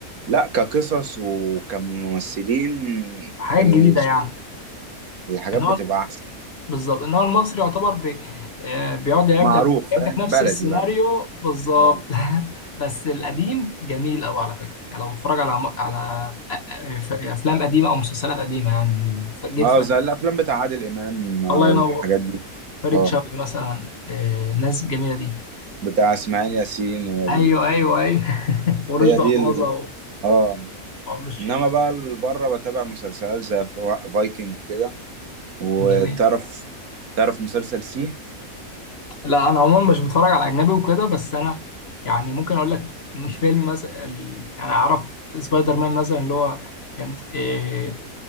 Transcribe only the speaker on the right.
لا كقصص وكممثلين
ال-
الحاجات
بتبقى احسن
معروف
فاهم
بلدي
بلدي
اه
اه
زي الافلام بتاع عادل امام والحاجات
دي
اه
بتاع اسماعيل ياسين وال...
هي دي
ال... اه
انما بقى ال- بره بتابع مسلسلات زي فا- فايكنج كده وتعرف
تعرف مسلسل سي